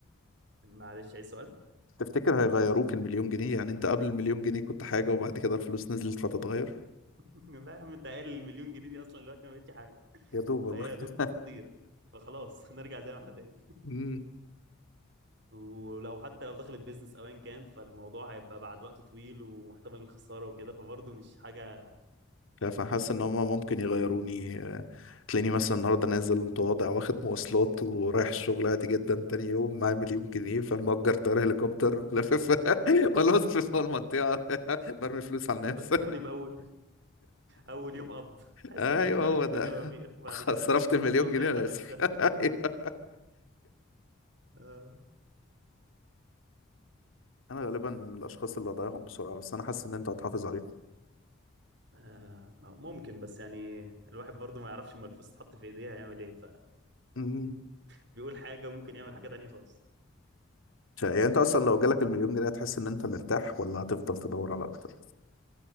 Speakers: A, on the right; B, on the left.
A: معلش عايز سؤال
B: تفتكر هيغيروك المليون جنيه يعني انت قبل المليون جنيه كنت حاجة وبعد كده الفلوس نزلت فتتغير
A: <laughs> لا يا عم انت قايل المليون جنيه دي اصلا دلوقتي ما بقتش حاجه
B: يا دوب والله
A: فهي يا
B: <laughs>
A: دوب هتطير فخلاص <laughs> هنرجع زي ما احنا تاني
B: امم
A: ولو حتى لو دخلت بيزنس او ايا كان فالموضوع هيبقى بعد وقت طويل ومحتمل الخساره وكده فبرضه مش حاجه ت... ت...
B: فحاسس ان هما ممكن يغيروني آه، تلاقيني مثلا النهارده نازل متواضع واخد مواصلات ورايح الشغل عادي جدا تاني يوم معايا مليون جنيه فمأجر طيارة هليكوبتر لافف <laughs> بلف في المنطقة <laughs> برمي فلوس على الناس
A: فكرني باول اول يوم قبض تحس
B: ايوه
A: انك ملك
B: هو
A: الدنيا
B: ده
A: وما فيها
B: <laughs>
A: وبعد كده
B: صرفت
A: <laughs>
B: مليون
A: تقعد
B: جنيه
A: تشحت
B: انا
A: بقيت
B: اسف
A: الشهر
B: <laughs> أيوة.
A: آه،
B: انا غالبا من الاشخاص اللي هضيعهم بسرعه بس انا حاسس ان انت هتحافظ عليهم
A: آه، ممكن بس يعني الواحد برضه ما يعرفش اما الفلوس تتحط في ايديه هيعمل ايه
B: أمم.
A: فبيقول <laughs> حاجه وممكن يعمل حاجه تانيه خالص
B: ش- يعني انت اصلا لو جالك المليون جنيه هتحس ان انت مرتاح ولا هتفضل تدور على اكتر